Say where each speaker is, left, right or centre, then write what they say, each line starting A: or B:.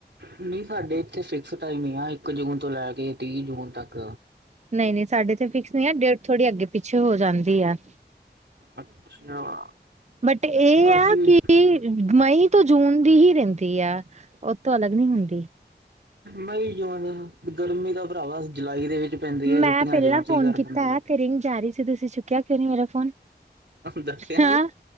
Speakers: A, on the right (about 90°); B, on the right (about 40°).
A: ਨਹੀਂ ਸਾਡੇ ਇੱਥੇ ਸਿਕਸ ਟਾਈਮ ਹੀ ਆ ਇੱਕ ਜੂਨ ਤੋਂ ਲੈ ਕੇ ਤੀਹ ਜੂਨ ਤੱਕ
B: ਨਹੀਂ ਨਹੀਂ ਸਾਡੇ ਤੇ ਫਿਕਸ ਨਹੀਂ ਆ ਡੇਟ ਥੋੜ੍ਹੀ ਅੱਗੇ ਪਿੱਛੇ ਹੋ ਜਾਂਦੀ ਆ
A: ਅੱਛਾ
B: ਬਟ ਇਹ ਆ
A: ਅਸੀਂ
B: ਕਿ ਮਈ ਤੋਂ ਜੂਨ ਦੀ ਹੀ ਰਹਿੰਦੀ ਆ ਉਹਤੋਂ ਅਲੱਗ ਨਹੀਂ ਹੁੰਦੀ
A: ਮਈ ਜੂਨ ਗਰਮੀ ਦਾ ਭਰਾਵਾ ਜੁਲਾਈ ਦੇ ਵਿੱਚ ਪੈਂਦੀ ਹੈ
B: ਮੈਂ
A: ਛੁੱਟੀਆਂ
B: ਪਹਿਲਾਂ
A: ਜੂਨ ਚ
B: ਫੋਨ
A: ਹੀ ਕਰ
B: ਕੀਤਾ
A: ਦਿੰਦੇ ਆ
B: ਤੇ ਰਿੰਗ ਜਾ ਰਾਰੀ ਸੀ ਤੁਸੀਂ ਚੁੱਕਿਆ ਕਿਉਂ ਨੀ ਮੇਰਾ ਫੋਨ
A: ਦੱਸਿਆ
B: ਹਾਂ
A: ਨੀ